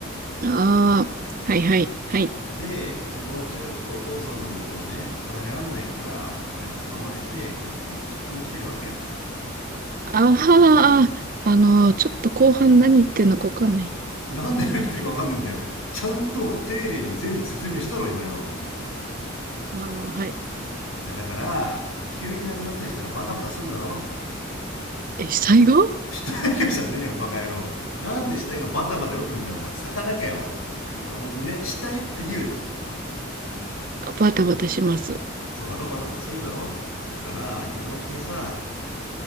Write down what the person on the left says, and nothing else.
で、ちょっと友達はちょっとお父さんの元をね、離れらんないから、俺が頼まれて、今日ここに聞きに来てるわけよ。
なんで何言ってるかわかんねえんだよ。ちゃんと丁寧に全部説明したろ、今よ。
いや、だから、あの、急になくなったりしたらバタバタすんだろ
死体がじゃねえよ、バカ野郎。なんで死体がバタバタ動くんだよ、お前。魚かよ、おい。あの、ほんでね、死体って言うな。
そうだろバタバタするだろだから、今のうちにさ、